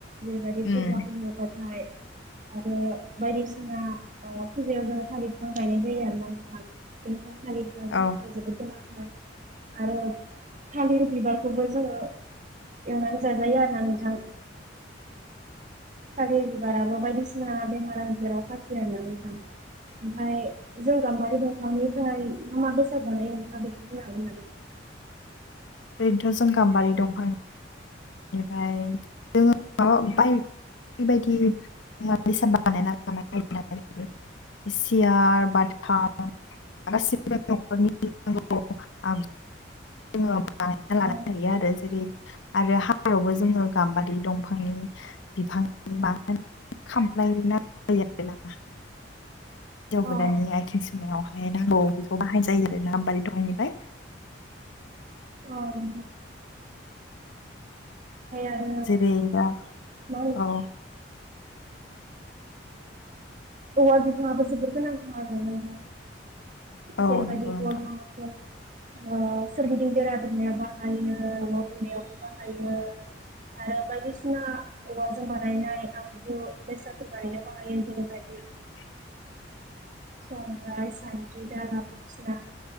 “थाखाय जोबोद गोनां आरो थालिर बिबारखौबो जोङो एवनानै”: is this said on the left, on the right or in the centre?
Right